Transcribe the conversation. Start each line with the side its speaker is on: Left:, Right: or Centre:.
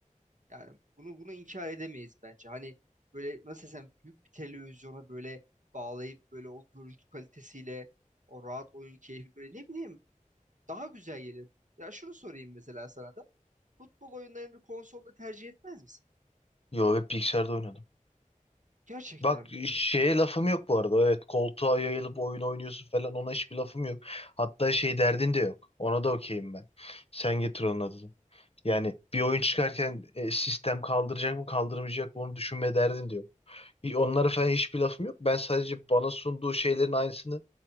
Right: Yani bunu bunu inkar edemeyiz bence. Hani böyle nasıl desem büyük bir televizyona böyle bağlayıp böyle o görüntü kalitesiyle o rahat oyun keyfi böyle ne bileyim daha güzel gelir. Ya şunu sorayım mesela sana da. Futbol oyunlarını konsolda tercih etmez misin?
Left: Yo hep bilgisayarda oynadım.
Right: Gerçekten
Left: Bak
Right: mi?
Left: şeye lafım yok bu arada. Evet koltuğa yayılıp oyun oynuyorsun falan ona hiçbir lafım yok. Hatta şey derdin
Right: Ah,
Left: de yok. Ona da okeyim ben. Sen getir onun adını. Yani bir oyun çıkarken e, sistem kaldıracak mı kaldırmayacak mı onu düşünme derdin diyor. İ- Onlara falan hiçbir lafım yok. Ben sadece bana sunduğu şeylerin aynısını